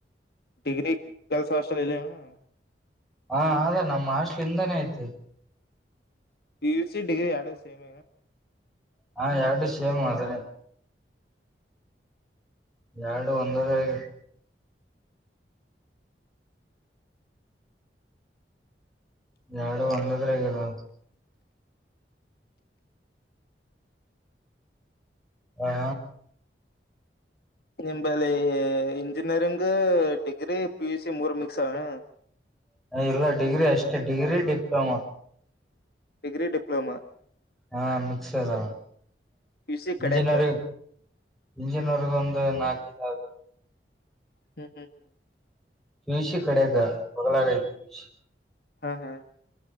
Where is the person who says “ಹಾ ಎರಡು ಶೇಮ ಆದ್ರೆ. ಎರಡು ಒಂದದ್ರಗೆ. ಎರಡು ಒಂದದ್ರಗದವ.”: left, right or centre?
Centre